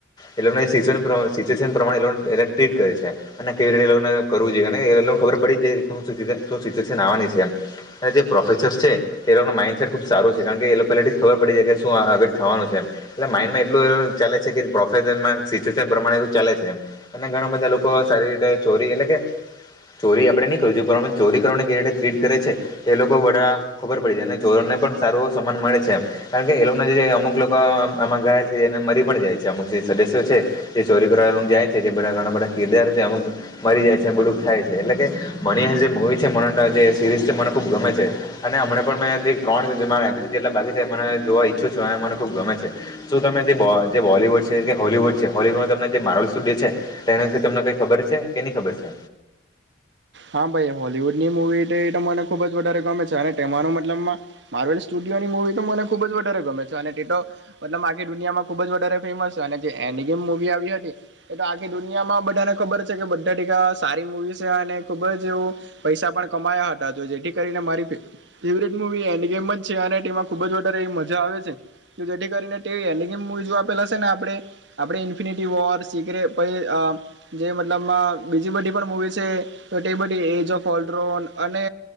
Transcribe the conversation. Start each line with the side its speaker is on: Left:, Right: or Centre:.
Left: એ લોકોને સિચ્યશન પ્રમાણે ટ્રીટ કરે છે અને કેવી રીતે એ લોકોને કરવું જોઈએ અને એ લોકોને ખબર પડી જાય શ સશન આવવાની છે. જે પ્રોફેસર્ છે એ લોકો માઇન્ડસેટ ખુબ સારું છે કારણ કે એ લોકો પલા ખબર પડી જાય કે શું આગળ થવા <unintelligible> એટલું એવુ ચાલે છે પ <unintelligible> માં સીટુએશન પ્રમાણે ચાલે છે અને ઘણા બધા લોકો સારી રીતે ચોરી એટલે કે ચોરી આપણેે નહીં કર છું પરંત ચોરી કરવાને કેવી રીતે ટ્રીટ કરે છે એ લોકો બધા ખબર પડી જાય અને ચોરો સારું સમાન મળે છેણ કે એ લોકો જે અમુક લોકો આમાં ગાય છેને મરી પણ જાય છે અમુક જે સદસ્ય છે તે ચોરી કરને જાય જે બધા ઘણા બધા કિરદારો છે અમુક મરી જાય છે બધું થાય છે એટલે કે મની જે મવી છે મ જે સિરીઝ છે મને ખૂબ ગમે છે અને હમને પણ મેં જે ત્રણ મારા એમપીસી જેટલા બાકી છે મને જોવા ઈચ્છું મને ખુબ ગમે છે શું તમે જે જે બોલીવુડ છે કે હોવુડ છે હોવુડ તમને જે માર છે એના વિશે તમને કઈ ખબર છે કે નહી ખબર છે.
Right: હા ભાઈ હોલવુડ ની મુવી મને ખુબ જ વધારે ગમે છે અને તે મતલબ માર્વેલ સુ મવી તો મને ખુબ જ વધારે ગમે છે અને તે તો મતલબ આર્ દુનિયા માં ખુબ જ વધારે ફેમસ છે અને જે એમ મુવી આવી હતી એ તો આખી દુનિયામાં બધાને ખબર છે કે બધા ટીકા સારી મુવી છે અને ખબ એવ પૈસા પણ કમાયા હતા તો જેથી કરીને મારી ફવટ મુવી એ ગમ છે. ટીમાં ખુબ જ વધારે એવી મજા આવે છે. જેથી કરીને તે <unintelligible> આપેલા છે ને આપણે આપડે ઇન્ફિનિટી વોર સીરે પ જે મતલબ બીજી બધી પણ મુવી છે તો બધી એજ ઓફ ઓલડ્રોન અને